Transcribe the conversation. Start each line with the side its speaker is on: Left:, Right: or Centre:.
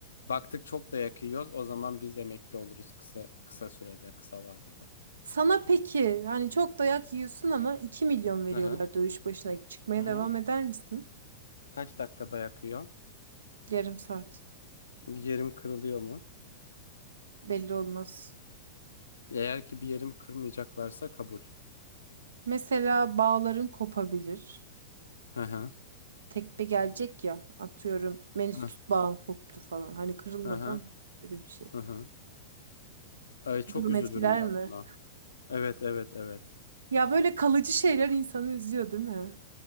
Left: Baktık çok da yakıyoruz. O zaman biz emekli oluruz kısa kısa sürede, kısa vadede.
Right: Sana peki yani çok dayak yiyorsun ama 2 milyon veriyorlar
Left: Hı hı.
Right: dövüş başına çıkmaya
Left: Hı hı.
Right: devam eder misin?
Left: Kaç dakikada yakıyor?
Right: Yarım saat
Left: Bir yerim kırılıyor mu?
Right: belli olmaz.
Left: Eğer ki bir yerimi kırmayacaklarsa kabul.
Right: Mesela bağların kopabilir.
Left: Hı hı.
Right: Tekme gelecek ya atıyorum menisküs
Left: Hı hı.
Right: bağın koptu falan. Hani kırılmadı
Left: Hı hı.
Right: ama öyle bir şey.
Left: hı. Ay, çok
Right: Bu durum
Left: üzülürüm
Right: etkiler
Left: ben
Right: mi?
Left: buna. Evet evet evet.
Right: Ya böyle kalıcı şeyler insanı üzüyor değil mi?